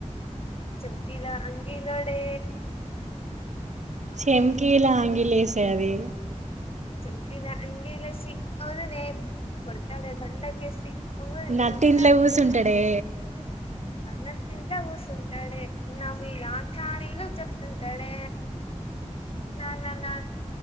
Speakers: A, on the left; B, on the right.
A: చంకిలా అంగీలోడే
B: చెంకిీలా ఆంగిలేసే అది
A: చెంకిల అంగలేసి ఓ వదినే కొడతాడే బండకేసి ఓ ఒడిని
B: నట్టింట్లో
A: <unintelligible>
B: కూసుంటాడే
A: అన్న తింటే ఊషంది కడే నా మీ రా చాడీలు చెప్తుంది టేడ్ నానా నా